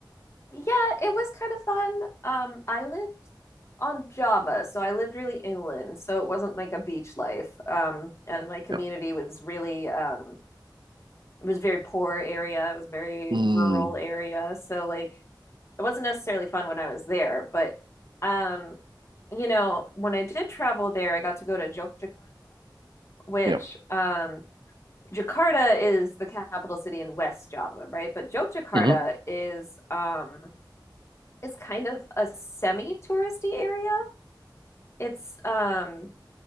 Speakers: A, on the left (about 35°); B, on the right (about 75°).
A: yeah, it was kind of fun. Um, I lived on Java, so I lived really inland, so it wasn't like a beach life. Um, and my community
B: Yeah.
A: was really um it was a very poor area. It was a very
B: Mm,
A: rural area. So like it wasn't necessarily fun when I was there, but um, you know, when I did travel there, I got to go to Jok which
B: yeah.
A: um Jakarta is the capital city in West Java, right? But Jogjakarta
B: hmm
A: is um it's kind of a semi-touristy area. It's um